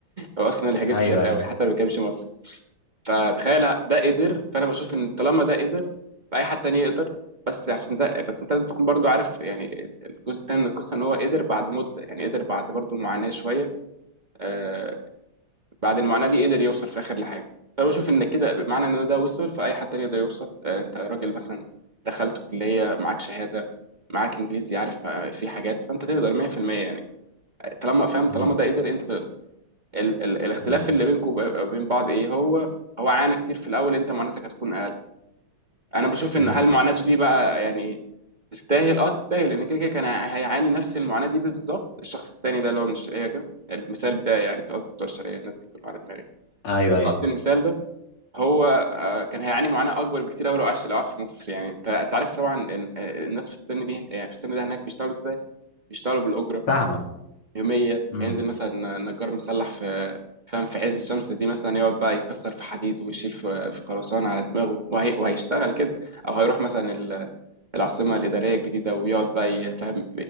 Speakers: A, on the right; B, on the left.
A: هو اصلا لهجته
B: ايوه
A: شرقاوي
B: ايوه
A: حتى ما بيتكلمش مصري فتخيل ده قدر فانا بشوف ان طالما ده قدر فاي حد تاني يقدر بس عشان ده بس انت لازم تكون برضو عارف يعني الجزء التاني من القصه ان هو قدر بعد مده يعني قدر بعد برضو معاناه شويه آه بعد المعاناه دي قدر يوصل في الاخر لحاجه فبشوف ان كده بمعنى ان ده وصل فاي حد تاني يقدر يوصل آه انت راجل مثلا دخلت كليه معاك شهاده معاك انجليزي عارف ما- في حاجات فانت تقدر 100% يعني طالما فاهم
B: مم.
A: طالما ده قدر انت تقدر ال ال الاختلاف
B: مم.
A: اللي بينكم وبين بعض ايه هو هو عانى كتير في الاول انت معاناتك هتكون اقل انا بشوف ان
B: مم.
A: هل معاناته دي بقى يعني تستاهل اه تستاهل لان كده كده كان هيعاني نفس المعاناه دي بالظبط الشخص التاني ده اللي هو من الشرقيه كده المثال بتاعي يعني قصدي بتوع الشرقيه الناس دي كلهم على دماغي
B: ايوه
A: بس
B: ايوه
A: قصدي المثال ده هو آه، كان هيعاني معاناه اكبر بكتير قوي لو عاش لو قعد في مصر يعني انت أنت عارف طبعا إن- آه، الناس في السن دي يعني في السن ده هناك بيشتغلوا ازاي؟ بيشتغلوا بالاجره
B: فاهمك
A: يوميه
B: امم
A: هينزل مثلا نجار مسلح في فاهم في عز الشمس دي مثلا يقعد بقى يكسر في حديد ويشيل في في خرسانه على دماغه وهي وهيشتغل كده او هيروح مثلا ال- العاصمه الاداريه الجديده ويقعد بقى ي- فاهم ي-